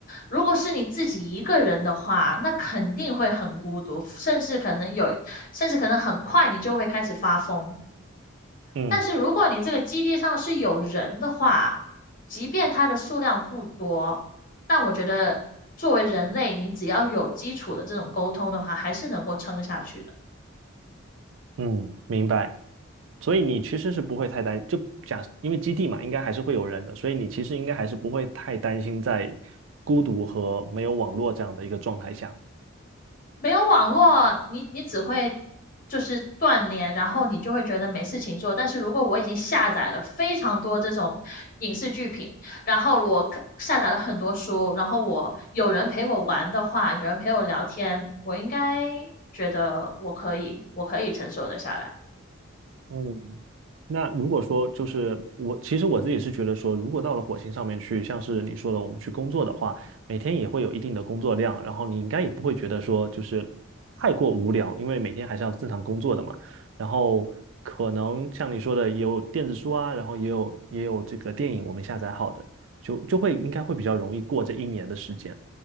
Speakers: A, on the left; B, on the right.
A: 如果是你自己一个人的话，那肯定会很孤独，甚至可能有，甚至可能很快你就会开始发疯。
B: 嗯
A: 但是如果你这个基地上是有人的话，即便它的数量不多，但我觉得作为人类，你只要有基础的这种沟通的话，还是能够撑下去的。
B: 嗯，明白。所以你其实是不会太担，就假，因为基地嘛，应该还是会有人的，所以你其实应该还是不会太担心在孤独和没有网络这样的一个状态下。
A: 没有网络，你你只会就是断联，然后你就会觉得没事情做。但是如果我已经下载了非常多这种影视剧品，然后我看下载了很多书，然后我有人陪我玩的话，有人陪我聊天，我应该觉得我可以，我可以承受得下来。
B: 嗯，那如果说就是我，其实我自己是觉得说，如果到了火星上面去，像是你说的，我们去工作的话，每天也会有一定的工作量，然后你应该也不会觉得说就是太过无聊，因为每天还是要正常工作的嘛。然后可能像你说的，也有电子书啊，然后也有也有这个电影我们下载好的，就就会应该会比较容易过这一年的时间。